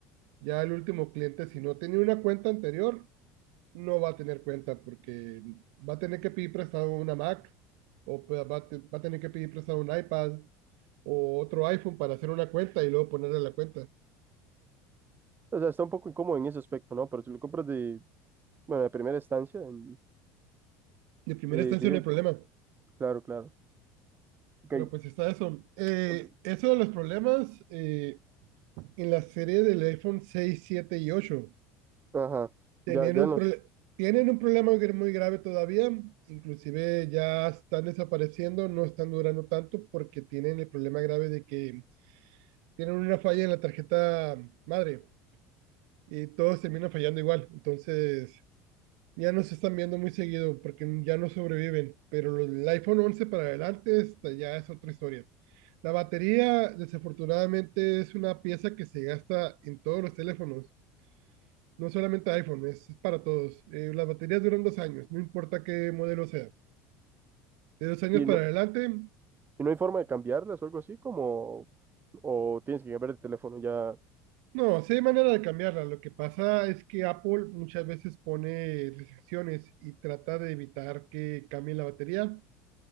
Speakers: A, on the right; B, on the right.
A: Ya el último cliente, si no tenía una cuenta anterior, no va a tener cuenta porque va a tener que pedir prestado una Mac o pe- va a, te- va a tener que pedir prestado un iPad o otro iPhone para hacer una cuenta y luego ponerle la cuenta.
B: O sea, está un poco incómodo en ese aspecto, ¿no? Pero si lo compras de, bueno, de primera instancia, em,
A: De primera
B: eh,
A: instancia
B: diría,
A: no hay problema,
B: claro, claro. Ok,
A: pero pues está eso. Eh,
B: ok,
A: eso de los problemas eh, en la serie del iPhone seis 7 y 8
B: ajá.
A: Tenían
B: Ya, ya
A: un
B: nos...
A: prole- tienen un problema gr- muy grave todavía, inclusive ya están desapareciendo, no están durando tanto porque tienen el problema grave de que tienen una falla en la tarjeta madre y todos terminan fallando igual. Entonces ya no se están viendo muy seguido porque ya no sobreviven, pero los- el iPhone once para adelante esta ya es otra historia. La batería, desafortunadamente, es una pieza que se gasta en todos los teléfonos No solamente iPhone, es, es para todos. Eh, las baterías duran dos años, no importa qué modelo sea. De dos años
B: Y
A: para
B: no,
A: adelante,
B: y no hay forma de cambiarlas o algo así, como... O tienes que cambiar de teléfono ya...
A: no, sí hay manera de cambiarla. Lo que pasa es que Apple muchas veces pone restricciones y trata de evitar que cambie la batería.